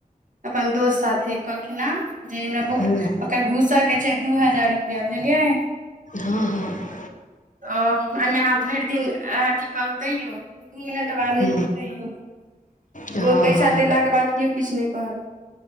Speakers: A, on the right (about 60°); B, on the left (about 55°).
A: अपन दोस्त साथे कहलखिन ये जे ने बु,
B: हूँ
A: ओकर घुसअके छै दू हजार रुपैआ बुझलियै।
B: हँ हँ।
A: ओऽ ओइमे अहाँ भइर दिन अथी करू तयो दू मिनट बाद
B: हूँ
A: निकलु तयो।
B: हँ
A: ओ पैसा
B: हँ
A: देला के बाद किओ किछ नयि कहत,